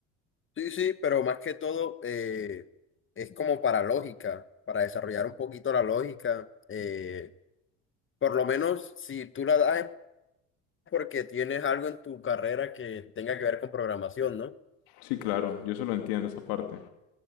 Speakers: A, on the left (about 35°); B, on the left (about 80°).
A: sí, sí, pero más que todo eh, es como para lógica, para desarrollar un poquito la lógica. eh, por lo menos si tú la das es porque tienes algo en tu carrera que tenga que ver con programación, ¿no?
B: Sí, claro, yo se lo entiendo esa parte.